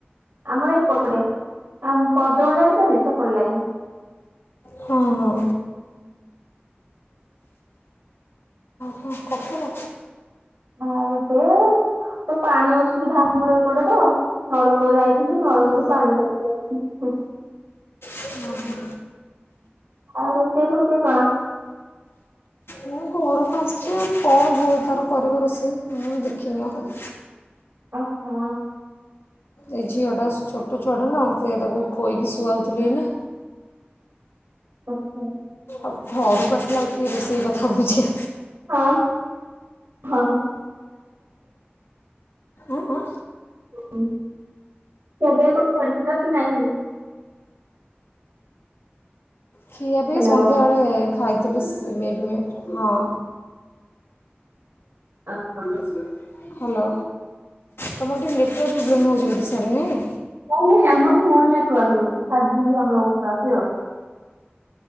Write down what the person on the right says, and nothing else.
ଆମର ଏପଟେ ଆ ପର୍ଯ୍ୟଣ ଜାଣିଛନ୍ତି ସେପଟ ଲାଗନି
ଆ ଏବେ ତ ପାଣି ଅସୁବିଧା ଆମର ଏପଟେ ତ ନଳକୂଉ ଯାଇଥିଲି ନଳକୂଅରୁ
ପାଣି ଧରି ହ ହ
ଆଉ ରୋସାଇ ରୋଷେଇ କଣ
ଓହୋ
ଆଚ୍ଛା
ହଁ ହଁମ
ହୁଁ ଖିଆ ପିଆ କଣ କରିଥିଲ କି ନାଇଁ?
ଆଉ
ଆ ହାଁ
ନାଇଁ ନାଇଁ ଆମର ଫୁଲ୍ ନେଟୱର୍କ ରହୁଛି ଫାଇଭ ଜି ଆମର ପୁରା କ୍ଲିୟର।